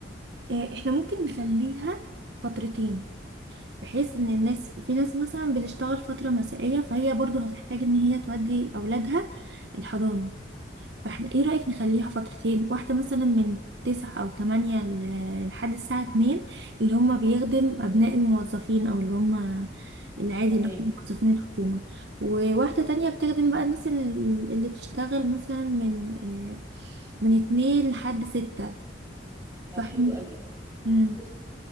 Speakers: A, on the right; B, on the right.
A: آه، احنا ممكن نخليها فترتين بحيث ان الناس في ناس مثلا بتشتغل فترة مسائية فهي برضو هتحتاج ان هي تودي اولادها الحضانة فاحنا ايه رأيك نخليها فترتين واحدة مثلا من تسعة او تمانية ل- لحد الساعة اتنين اللي هم بيخدم ابناء الموظفين او اللي هم العادي
B: تمام
A: اللي هم موظفين الحكومة وواحدة تانية بتخدم بقى الناس ال- اللي بتشتغل مثلا من آه، من اتنين لحد ستة
B: طب
A: فاحنا
B: حلو قوي
A: مم.
B: بصي